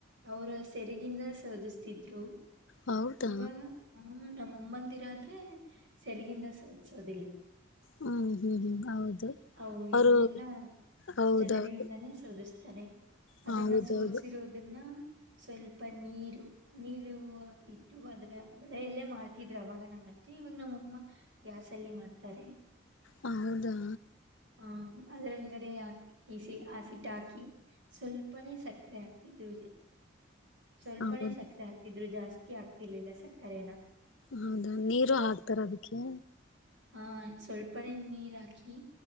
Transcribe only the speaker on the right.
ಅವರ ಸೆರೆಗಿಂದ. ಸೋಧಿಸ್ತಿದ್ರು.
ಇವಾಗ ಹ ನಮ್ಮಮ್ಮಂದಿರಾದ್ರೆ ಸೆರಿಗಿಂದ ಸೋದಸೋದಿಲ್ಲ.
ಅ
ಇವರೆಲ್ಲಾ
ಜಲಡೆಯಿಂದಾನೇ ಸೋಧಿಸ್ತಾ. ತಾರೇ ಅದನ್ನ
ಸೋದಸಿರೋದನ್ನ. ಸ್ವಲ್ಪ ನೀರು ನೀರು ಇಟ್ಟು ಅದ್ರ ಒಳೆಯಲ್ಲೇ ಮಾಡ್ತಿದ್ರು ಅವಾಗ ನಮ್ಮ ಮತ್ತೆ ಇವಾಗ ನಮ್ಮಮ್ಮ ಗ್ಯಾಸ್ ಅಲ್ಲಿ ಮಾಡ್ತಾರೆ.
ಹ್ಮ ಅದಲ್ಲಿಗಡೆ ಹಿ ಈಸ ಆ ಸಿಟ್ ಹಾಕಿ. ಸ್ವಲ್ಪನೇ ಸಕ್ಕರೆ ಆಗ್ತಿದ್ರು. ಸ್ವಲ್ಪನೇ
ಸಕ್ಕರೆ ಆಕ್ತಿದ್ರು ಜಾಸ್ತಿ ಆಗ್ತಿರ್ಲಿಲ್ಲ ಸಕ್ಕರೆೇನ.
ಹಾ ಸ್ವಲ್ಪನೆೇ ನೀರ್ ಹಾಕಿ.